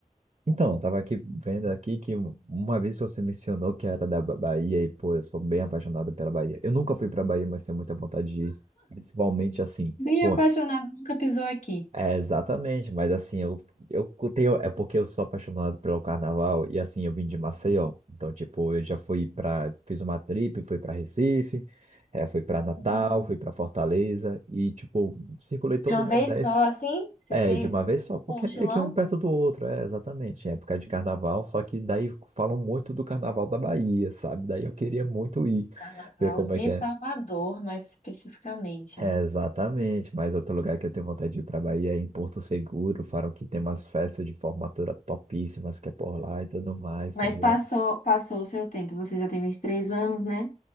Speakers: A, on the right; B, on the left.
A: Então, eu tava aqui vendo aqui que um, uma vez você mencionou que era da Ba- Bahia e, pô, eu sou bem apaixonado pela Bahia. Eu nunca fui pra Bahia, mas tenho muita vontade de ir. Principalmente assim,
B: Bem
A: pô,
B: apaixonado, nunca pisou aqui.
A: É, exatamente, mas assim, eu, eu tenho, é porque eu sou apaixonado pelo carnaval e assim, eu vim de Maceió, então tipo, eu já fui pra, fiz uma trip, fui pra Recife, é, fui pra Natal,
B: Hum,
A: fui pra Fortaleza e tipo, circulei todo
B: De uma
A: o Nordeste,
B: vez só, assim, você
A: é,
B: fez
A: de uma vez só, porque
B: um mochilão?
A: é meio que um perto do outro, é, exatamente, em época de carnaval, só que daí falam muito do carnaval da Bahia, sabe, daí eu queria muito ir,
B: Carnaval
A: ver como
B: de
A: é que é.
B: Salvador, mais especificamente,
A: É,
B: né?
A: exatamente, mas outro lugar que eu tenho vontade de ir para Bahia é em Porto Seguro, falam que tem umas festas de formatura topíssimas que é por lá e tudo mais,
B: Mas
A: tá ligado?
B: passou, passou o seu tempo. Você já tem vinte e três anos, né?